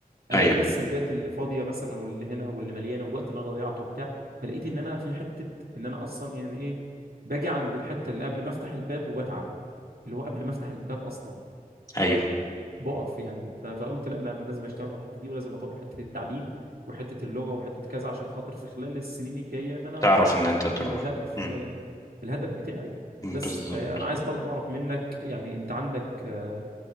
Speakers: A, on the right; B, on the left.
A: الاقي
B: ايوه
A: ايه السلبيات اللي فاضيه مثلا واللي هنا واللي مليانه والوقت اللي انا ضيعته وبتاع فلقيت ان انا في حته ان انا اصلا يعني ايه باجي عند الحته اللي قبل ما افتح الباب وبتعب اللي هو قبل ما افتح الباب اصلا
B: ايوه
A: بقف يعني ف- فقلت لا لا انا لازم اشتغل على الحته دي ولازم اطور حته التعليم وحته اللغه وحته كذا عشان خاطر في خلال السنين الجايه ان انا
B: تعرف
A: احقق
B: ان انت
A: ال-
B: تروح
A: الهدف
B: مم.
A: آه، الهدف بتاعي
B: بالظبط
A: بس فانا عايز برضو اعرف منك يعني انت عندك آه،